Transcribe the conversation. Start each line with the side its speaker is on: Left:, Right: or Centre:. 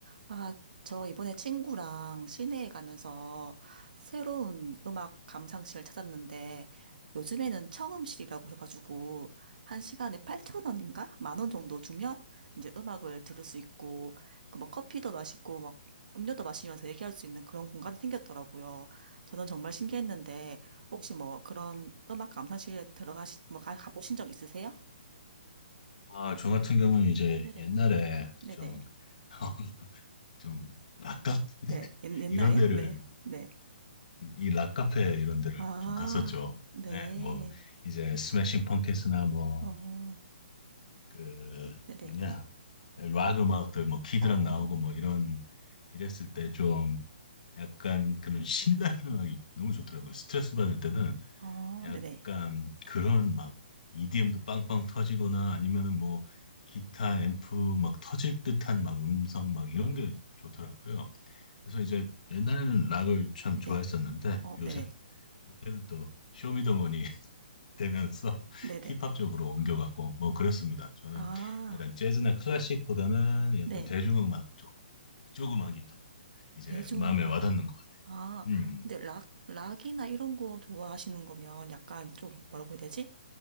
Right: 아, 저 이번에 친구랑 시내에 가면서 새로운 음악 감상실 찾았는데 요즘에는 청음실이라고 해가지고 한 시간에 8천원인가 만원 정도 주면 이제 음악을 들을 수 있고 그 뭐 커피도 마시고 막 음료도 마시면서 얘기할 수 있는 그런 공간이 생겼더라고요. 저는 정말 신기했는데 혹시 뭐 그런 음악 감상실에 들어가시 뭐 가, 가보신 적 있으세요?
Left: 아, 저 같은 경우는 이제
Right: 네네.
Left: 옛날에
Right: 네네.
Left: 좀, <laughs> 좀, 락카페? <laughs>
Right: 네. 옛, 옛날에요?
Left: 이런 데를,
Right: 네. 네.
Left: 이 락카페 이런 데를
Right: 아,
Left: 좀 갔었죠.
Right: 네.
Left: 네, 뭐, 이제 스매싱 펑키스나 뭐,
Right: 어,
Left: 그,
Right: 네네.
Left: 뭐냐, 락 음악들, 뭐, 키드락
Right: 어,
Left: 나오고 뭐, 이런, 이랬을 때 좀 약간 그런 신나는 음악이 너무 좋더라고요. 스트레스 받을 때는
Right: 어,
Left: 약간
Right: 네네.
Left: 그런 막 EDM도 빵빵 터지거나 아니면은 뭐 기타 앰프 막 터질 듯한 막 음성 막 이런 게 좋더라고요. 그래서 이제 옛날에는 락을 참
Right: 네네.
Left: 좋아했었는데
Right: 어,
Left: 요새
Right: 네네.
Left: 요새는 또 쇼미더머니 <laughs> 되면서
Right: 네네.
Left: 힙합 쪽으로 옮겨가고 뭐 그렇습니다. 저는
Right: 아,
Left: 약간 재즈나 클래식보다는 약간
Right: 네.
Left: 대중음악 쪽 그쪽 음악이 더 이제
Right: 대중음악.
Left: 마음에 와닿는 것
Right: 아,
Left: 같아요. 음,
Right: 근데 락, 락이나 이런 거 좋아하시는 거면 약간 좀 뭐라고 해야 되지?